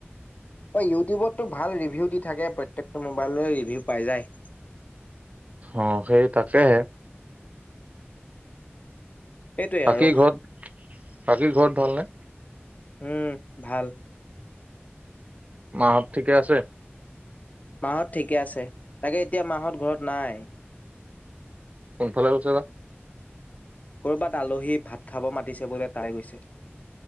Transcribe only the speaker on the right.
অঁ, সেই তাকেহে।
বাকী
ঘৰত, বাকী ঘৰত ভাল নে?
মাহঁত ঠিকে আছে?
কোনফালে গৈছে বা!